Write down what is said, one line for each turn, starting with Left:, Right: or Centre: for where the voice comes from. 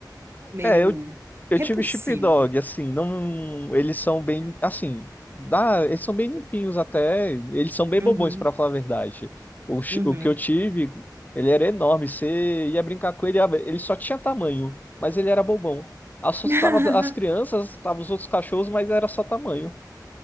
Right: meio
Left: É, eu, eu
Right: repulsivo.
Left: tive Chip dog, assim, não. Eles são bem. Assim, dá, eles são bem limpinhos até. Eles são bem
Right: Uhum,
Left: bobões, pra falar a verdade. O, chi-
Right: uhum.
Left: o que eu tive, ele era enorme. Você ia brincar com ele, ele só tinha tamanho, mas ele era bobão. Assustava
Right: <laughs>
Left: as crianças, assustava os outros cachorros, mas era só tamanho.